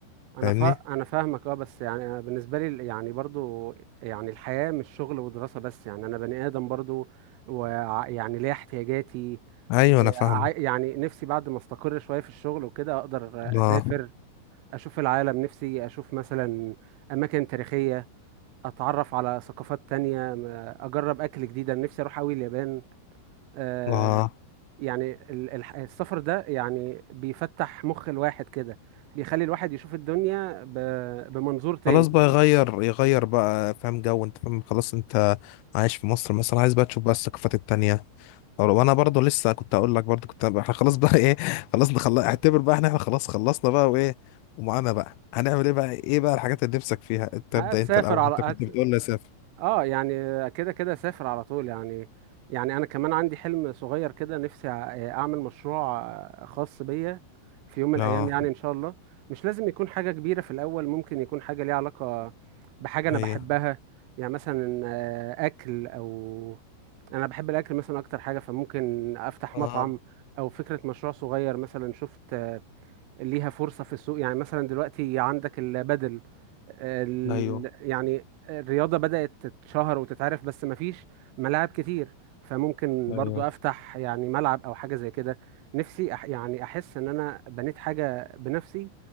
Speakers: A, on the right; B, on the left.
A: انا
B: فاهمني
A: فا... انا فاهمك اه بس يعني انا بالنسبه لي يعني برضو يعني الحياه مش شغل ودراسه بس يعني انا بني ادم برضو ويعني ليا احتياجاتي
B: ايوه
A: إيه،
B: انا فاهمك
A: عا- يعني نفسي بعد ما استقر شويه في الشغل وكده اقدر
B: اه
A: اسافر اشوف العالم نفسي اشوف مثلا اماكن تاريخيه اتعرف على ثقافات تانية م- اجرب اكل جديد انا نفسي اروح اوي اليابان آه،
B: اه
A: يعني ال- الح- السفر ده يعني بيفتح مخ الواحد كده بيخلي الواحد يشوف الدنيا ب- بمنظور تاني
B: خلاص بقى يغير يغير بقى فاهم جو انت فاهم خلاص انت عايش في مصر مثلا عايز بقى تشوف بقى الثقافات التانية أو- وانا برضه لسه كنت اقول لك برضه كنت احنا <laughs> خلاص بقى ايه خلاص نخلص اعتبر بقى احنا احنا خلاص خلصنا بقى وايه ومعانا بقى هنعمل ايه بقى ايه بقى الحاجات اللي نفسك فيها انت
A: هتسافر
B: ابدأ انت الاول
A: على
B: انت
A: هت...
B: كنت بتقول لي سافر
A: اه يعني كده كده سافر على طول يعني يعني انا كمان عندي حلم صغير كده نفسي أع- اعمل مشروع خاص بيا في يوم من
B: اه
A: الايام يعني ان شاء الله مش لازم يكون حاجة كبيرة في الاول ممكن يكون حاجة ليها علاقة بحاجة انا
B: هي
A: بحبها يعني مثلا آه، اكل او انا بحب الاكل مثلا اكتر حاجه فممكن افتح
B: اه
A: مطعم او فكره مشروع صغير مثلا شفت آه، ليها فرصه في السوق يعني مثلا دلوقتي عندك البدل آه، ال-
B: ايوه
A: يعني الرياضه بدات تتشهر وتتعرف بس مفيش ملاعب كتير فممكن
B: ايوه
A: برضو افتح يعني ملعب او حاجه زي كده نفسي أح يعني احس ان انا بنيت حاجه بنفسي